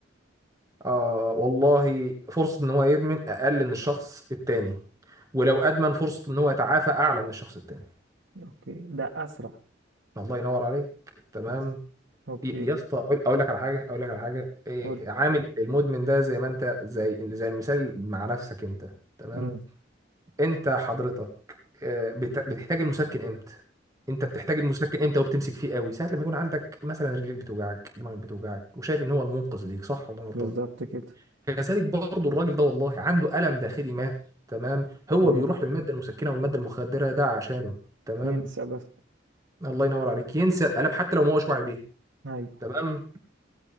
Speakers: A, on the right (about 20°); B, on the right (about 70°).
A: آه والله فرصة إن هو يدمن أقل من الشخص التاني ولو أدمن فرصة إن هو يتعافى أعلى من الشخص التاني
B: أوكي ده أسرع
A: الله ينور عليك تمام
B: أسرع أوكي
A: ي- يا اسطى أقول أقول لك على حاجة أقول لك على حاجة إيه،
B: قول
A: عامل المدمن ده زي ما أنت زي زي المثال مع نفسك أنت تمام
B: مم.
A: انت حضرتك آه، بت- بتحتاج المسكن امتى انت بتحتاج المسكن امتى وبتمسك فيه قوي ساعه لما يكون عندك مثلا رجليك بتوجعك دماغك بتوجعك وشايف ان هو المنقذ ليك صح ولا انا غلطان
B: بالظبط كده
A: كذلك برضه الراجل ده والله عنده الم داخلي ما تمام هو
B: مم.
A: بيروح للماده المسكنه والماده المخدره ده عشانه تمام
B: ينسى بس
A: الله ينور عليك ينسى الالم حتى لو ما هوش واعي بيها
B: أيوه
A: تمام